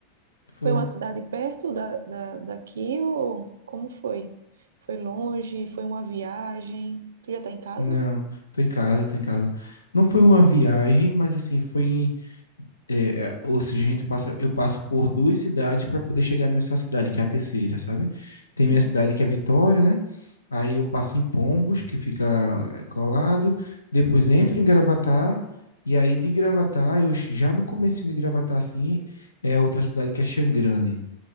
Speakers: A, on the left; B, on the right.
A: Foi.
B: Foi uma cidade perto da, da, daqui ou como foi? Foi longe? Foi uma viagem? Tu já tá em casa?
A: Não, tô em casa, tô em casa. Não foi uma viagem, mas assim, foi é, é, ou seja, a gente passa, eu passo por duas cidades para poder chegar nessa cidade, que é a terceira, sabe? Tem
B: Sim.
A: minha cidade que é Vitória, né? Aí eu passo em Pombos, que fica é, colado, depois entro em Gravatar, e aí de Gravatar, eu ch- já no comecinho de Gravatar, assim, é a outra cidade que é Xangrande.